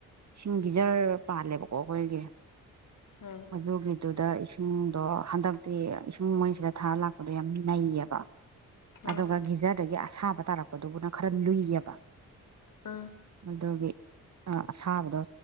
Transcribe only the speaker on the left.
ꯎꯝ
ꯎꯝ
ꯎꯝ